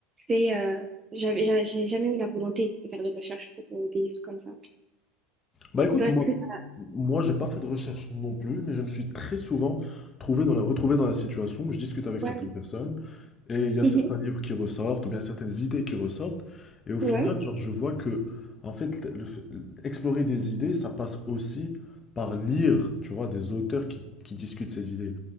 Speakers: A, on the right; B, on the left.
A: fait. euh, j'avais, j'a- j'ai jamais eu la volonté de faire de recherche pour euh, des livres comme ça.
B: Bah écoute,
A: Toi,
B: moi,
A: est-ce que ça.
B: moi j'ai pas fait de recherche non plus, mais je me suis très souvent trouvé dans la, retrouvé dans la situation où je discute avec certaines
A: Ouais.
B: personnes et
A: <laughs>
B: il y a
A: Mhm.
B: certains livres qui ressortent ou bien certaines idées qui ressortent et au final,
A: Ouais.
B: genre, je vois que en fait, le fait- explorer des idées, ça passe aussi par lire, tu vois, des auteurs qui, qui discutent ces idées.